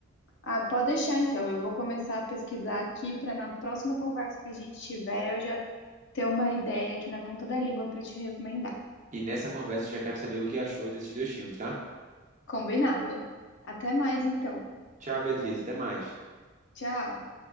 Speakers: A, on the left (about 55°); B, on the right (about 35°).
A: Ah, pode deixar então. Eu vou começar a pesquisar aqui para na próxima conversa que a gente tiver, eu já ter uma ideia aqui na ponta da língua para te recomendar.
B: E nessa conversa eu já quero saber o que achou desses dois filmes, tá?
A: Combinado. Até mais então.
B: Tchau, Beatriz, até mais.
A: Tchau.